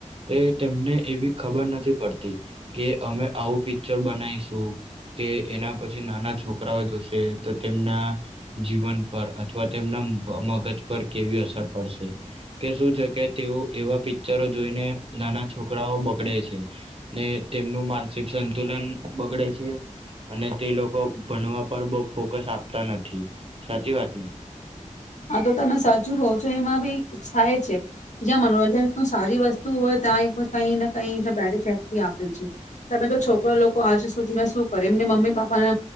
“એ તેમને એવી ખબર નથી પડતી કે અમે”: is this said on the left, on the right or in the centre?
Right